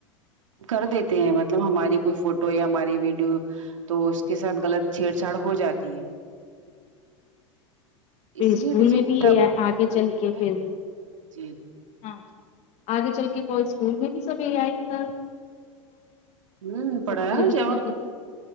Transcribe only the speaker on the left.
پھر
اسکول
میں بھی یہ
آگے
چل کے
پھر
ہاں آگے چل کے کوئی اسکول میں بھی سب یہ اے ائی کا
بچے
جب
اتنے
کے